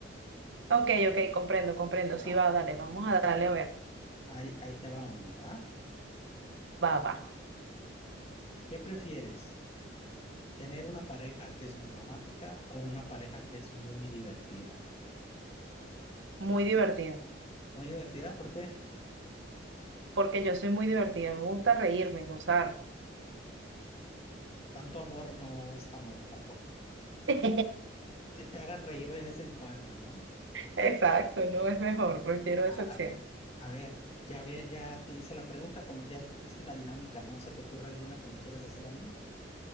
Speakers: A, on the right (about 75°); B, on the left (about 35°).
A: Ok, ok, comprendo, comprendo, sí
B: Va,
A: va, dale, vamos a darle a ver.
B: ahí, ahí te va una, ¿va?
A: Va, va,
B: ¿Qué prefieres? tener una pareja que es muy romántica o una pareja que es muy divertida.
A: muy divertido,
B: Muy divertida porque
A: porque yo soy muy divertida, me gusta reírme, gozar.
B: tanto amor no es tan bueno tampoco.
A: <laughs>
B: Que te hagan reír de vez en cuando, ¿no?
A: Exacto, no es mejor, prefiero esa
B: A,
A: opción.
B: a- a ver, ya, vi- ya te hice la pregunta, como ya entendiste la dinámica, ¿no? ¿Se te ocurre alguna que me quieras hacer a mí?